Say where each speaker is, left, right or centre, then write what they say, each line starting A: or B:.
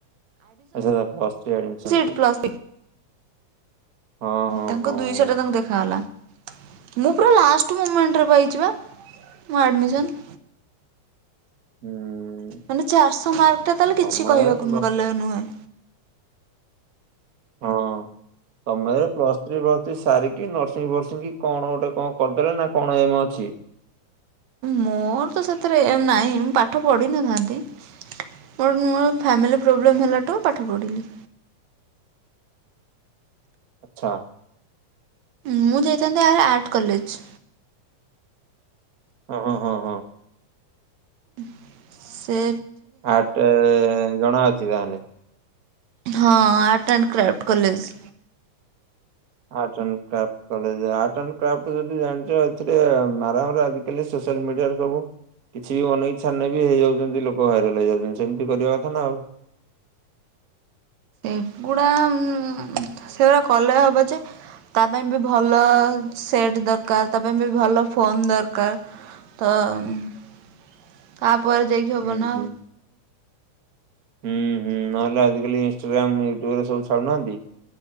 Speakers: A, on the right; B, on the right.
A: ଆଚ୍ଛା ତା ପ୍ଲସ୍ ଥ୍ରି ଆଡ଼ମିଶନ୍
B: ସିଟ୍
A: ଅଛି।
B: ପ୍ଲସ୍
A: ହଁ। ହଁ
B: ତାଙ୍କ
A: ହଁ। ହଁ।
B: ଦୁଇ ଶହ ଟଙ୍କା କୁ ଦେଖାଗଲା। ମୁଁ ପୁରା ଲାଷ୍ଟ ମୁମେଣ୍ଟ ରେ ପାଇଛି ବା ମୋ ଆଡ଼ମିସନ୍।
A: ହୁଁ।
B: ମାନେ ଚାରଶହ ମାର୍କ ଟା ତାହେଲେ
A: ତମର
B: କିଛି କହିବାକୁ
A: ପ୍ଲସ୍
B: ନ ଗଲେ ନୁହେଁ।
A: ହଁ। ତମେ ପ୍ଲସ ଥ୍ରୀ ପ୍ଲସ୍ ଥ୍ରୀ ସାରିକି ନର୍ସିଂ ଫର୍ସିଂ କି କଣ ଗୋଟେ କଣ କରିଦେଲେ ନା କଣ ଏମ ଅଛି?
B: ମୋର ତ ସେଥିରେ ଏମ ନାଇଁ। ମୁ ପାଠ ପଢିନଥାନ୍ତି। ବଟ ମୋର ଫ୍ୟାମିଲି ପ୍ରୋବ୍ଲେମ୍ ହେଲା ଟ ପାଠ ପଢ଼ିଲି।
A: ଆଚ୍ଛା।
B: ମୁଁ ଯାଇଥାନ୍ତେ ଏହାର ଆର୍ଟ କଲେଜ।
A: ହଁ ହଁ ହଁ।
B: ଉଃମ ସେ
A: ଆର୍ଟ ଏ ଜଣା ଅଛି ତାହେଲେ।
B: ହଁ art and craft college.
A: Art and craft college. Art and craft college ଯଦି ଜାଣିଛ ଏଥିରେ ଉମ ମାରାମାରା ଆଜି କାଲି ସୋସିଆଲ ମିଡିଆରେ ସବୁ କିଛି ବି ଅନେଇ ଛାନେ ବି ହେଇଯାଉଛନ୍ତି ଲୋକ ଭାଇରାଲ ହେଇଯାଉଛନ୍ତି। ସେମିତି କରିବା କଥା ନା ଆଉ।
B: ଏଗୁଡା ଉମ ସେଗୁଡା କଲେ ହବ ଯେ। ତା ପାଇଁ ବି ଭଲ ସେଟ୍ ଦରକାର ତା ପାଇଁ ବି ଭଲ ଫୋନ୍ ଦରକାର। ତ ଉମ ତାପରେ ଯାଇକି
A: ହୁଁ ହୁଁ।
B: ଆଉ
A: ହୁଁ ହୁଁ ନହେଲେ ଆଜିକାଲି ଇଷ୍ଟାଗ୍ରାମ ୟୁଟ୍ୟୁବ ରେ ସବୁ ଛାଡୁନାହାନ୍ତି।